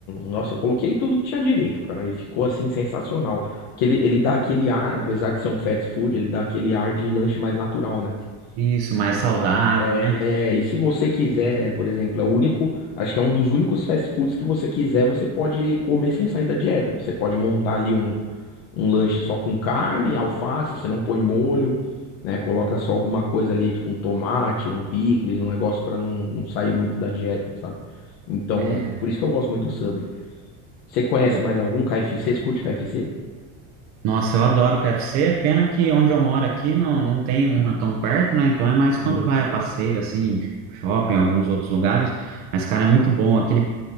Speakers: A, on the left; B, on the right.
A: Nossa, eu coloquei tudo que tinha direito, cara. E ficou assim sensacional. Porque ele, ele dá aquele ar, apesar de ser um fast food, ele dá aquele ar de lanche mais natural, né?
B: isso, mais
A: Então,
B: saudável,
A: é,
B: né?
A: e se você quiser, por exemplo, é o único, acho que é um dos únicos fast foods que você quiser, você pode comer sem sair da dieta. Que você pode montar ali um um lanche só com carne, alface, você não põe molho, né? Coloca só alguma coisa ali, tipo um tomate, um picles, um negócio pra não, não sair muito da dieta, sabe? Então,
B: É,
A: por isso que eu gosto muito do Subway. Você conhece
B: e eu
A: mais algum KFC? Você curte KFC?
B: Nossa, eu adoro o KFC, pena que onde eu moro aqui não, não tem uma tão perto, né? Então é mais
A: Uhum.
B: quando vai a passeio, assim, shopping, alguns outros lugares. Mas, cara, é muito bom, aquele,